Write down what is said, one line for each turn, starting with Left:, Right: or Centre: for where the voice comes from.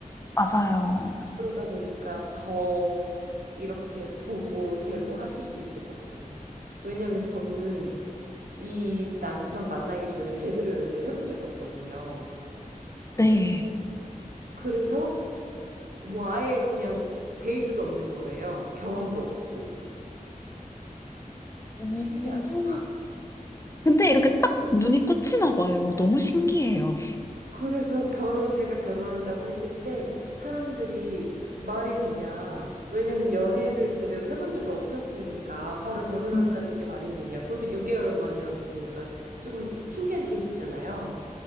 Left: 맞아요.
Right: 그러다 보니까 더 이렇게 보고 재고하실 수 있을 것 같아요. 왜냐면 저는 이 남편 만나기 전에 제대로 연애를 해본 적이 없거든요.
Left: 네.
Right: 그래서 뭐 아예 그냥 베이스도 없는 거예요. 경험도 없고.
Left: 오.
Right: 신기하죠.
Left: 근데 이렇게 딱 눈이 꽂히나 봐요. 너무 신기해요.
Right: 그래서 결혼, 제가 결혼한다고 했을 때 사람들이 말이 되냐. 왜냐면 연애를 제대로 해본 적이 없었으니까 바로 결혼한다는
Left: 음.
Right: 게 말이 되냐. 그것도 6개월 만이었으니까 조금 신기한 케이스잖아요.